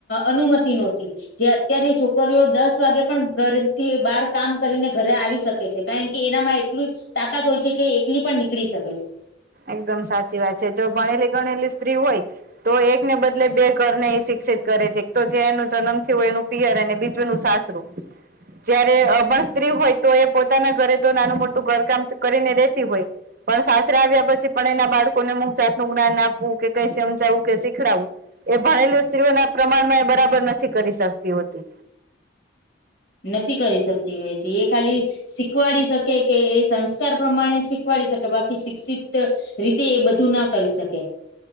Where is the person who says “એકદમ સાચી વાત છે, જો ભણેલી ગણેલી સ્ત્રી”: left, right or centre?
Right